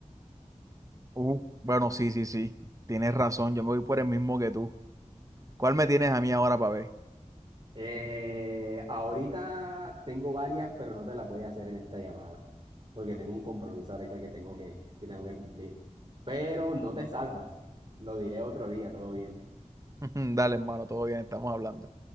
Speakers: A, on the right; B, on the right.
A: uh. Bueno, sí, sí, sí. Tienes razón. Yo me voy por el mismo que tú. ¿Cuál me tienes a mí ahora para ver?
B: Eh, ahorita tengo varias, pero no te las voy a hacer en esta llamada, porque tengo un compromiso ahorita que tengo que, que tengo que cumplir. Pero no te salvas, lo diré otro día, todo bien.
A: <laughs> Dale, hermano, todo bien, estamos hablando.